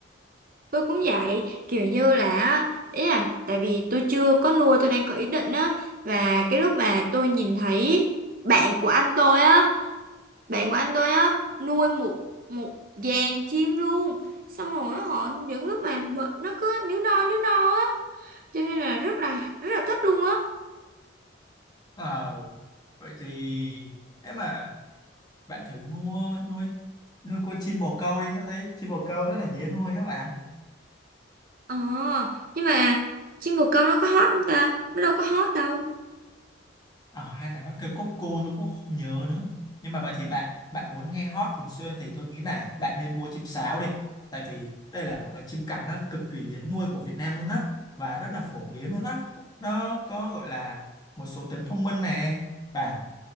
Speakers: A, on the right; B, on the left.
A: tôi cũng vậy kiểu như là á, ý là tại vì tôi chưa có nuôi tôi đang có ý định á và cái lúc mà tôi nhìn thấy bạn của anh tôi á bạn của anh tôi á nuôi một một dàn chim luôn xong rồi á, họ những lúc mà mệt, nó cứ níu no níu no á cho nên là rất là rất là thích luôn á
B: Ờ, vậy thì nếu mà bạn thử mua nuôi nuôi con chim bồ câu đi, tôi thấy chim bồ câu rất là dễ nuôi các bạn.
A: ờ nhưng mà chim bồ câu nó có hot không ta nó đâu có hot đâu
B: Ờ, hay là nó kêu cốc cu tôi cũng không nhớ nữa. Nhưng mà vậy thì bạn bạn muốn nghe hót thường xuyên thì tôi nghĩ là bạn nên mua chim sáo đi. Tại vì đây là một loại chim cảnh nó cực kỳ dễ nuôi của Việt Nam luôn á và rất là phổ biến luôn á. Nó có gọi là một số tính thông minh nè và